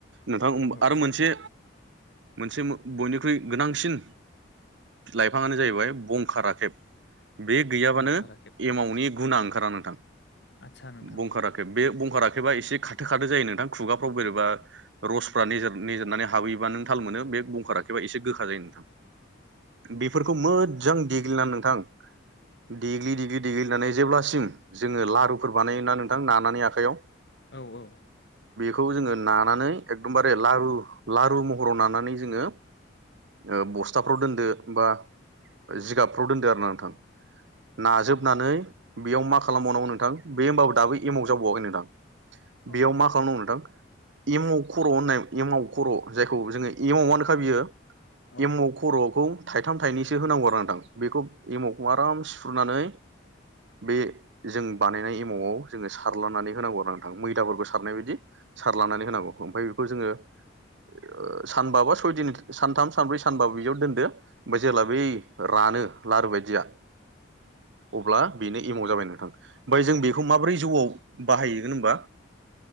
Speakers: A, on the right; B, on the left.
A: नोंथां
B: औ
A: आरो मोनसे मोनसे बयनिख्रुइ गोनांसिन लाइफाङानो जाहैबाय बंखा राखेब। बे गैयाबानो
B: बंखाराखेब
A: एमावनि गुना ओंखारा नोंथां।
B: आदसा नोंथां।
A: बंखा राखेब बे बंखा राखेबा एसे खाथो खाथो जायो नोंथां खुगाफ्राव बोरैबा रसफ्रा निजेर-निजेरनानै हाबहैबा नों थाल मोनो बे बंखार राखैबा एसे गोखा जायो नोंथां। बेफोर खौ मोजां देग्लिनानै नोंथां देग्लि देग्लि देग्लिनानै जेब्लासिम जोङो लारुफोर बानायोना नोंथां नानानै आखाइयाव
B: औ औ।
A: खौ जोङो नानानै एकदमबारे लारु लारु महराव नानानै जोङो ओ बस्थाफ्राव दोनदो बा जिगाबफ्राव दोनदो आरो ना नोंथां।
B: आदसा
A: नाजोबनानै
B: नोंथां
A: बेयाव मा खालामबावनांगौ नोंथां बे होमबाबो दाबो एमाव जाबावाखै नोंथां।
B: औ
A: बेयाव मा खालामनांगौ नोंथां? एमाव खर' होननाय एमाव खर' जायखौ जोङो एमावानोखा बियो
B: औ
A: एमाव खरखौ थाइथाम थाइनैसो होनांगौ आरो नोंथां बेखौ एमावखौ आराम सिफ्रुनानै बे जों बानायनाय एमावआव जोङो सारलानानै होनांगौ आरो नोंथां मैदाफोरखौ सारनाय बायदि सारलानानै होनांगौ ओमफ्राय बेखौ जोङो ओ सानबा बा सयदिन सानथाम सानब्रै सानबा बिदियाव दोनदो ओमफ्राय जेला बै रानो लारु बायदिया अब्ला बेनो एमाव जाबाय नोंथां। ओमफ्राय जों बेखौ माब्रै जौआव बाहायगोन होनबा